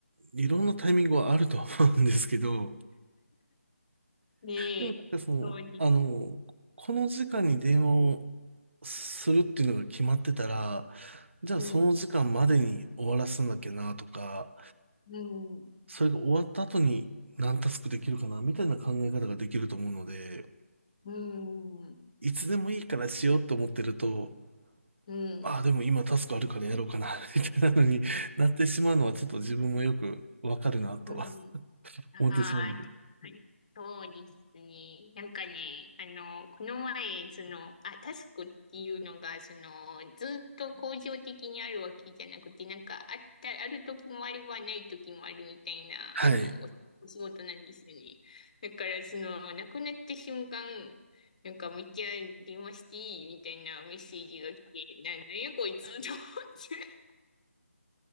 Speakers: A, on the right; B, on the left.
A: いろんなタイミングはあるとは思うんですけど、
B: ねえ、
A: でもなんかその、
B: そうに。
A: あの、この時間に電話をするっていうのが決まってたら、じゃあその時間までに終わらせなきゃなとか、
B: うん、うん、
A: それが終わった後に何タスクできるかなみたいな考え方ができると思うので、
B: うん、
A: いつでもいいからしようと思ってると、
B: うん、
A: ああ、でも今タスクあるからやろうかな、<laughs> みたいなのに <laughs> なってしまうのはちょっと自分もよくわかるなと
B: うん。
A: <laughs>
B: ああ、
A: 思ってしまうんで。
B: 確かにそうですね。なんかね、あの、この前、その、あ、タスクっていうのが、その、ずっと恒常的にあるわけじゃなくて、なんか、あった、ある時もあればない時もあるみたいな、
A: はい。
B: あの、お、お仕事なんですよね。だから、その、なくなった瞬間、なんか、めっちゃ電話していいみたいなメッセージが来て、なんなんやこいつと思って。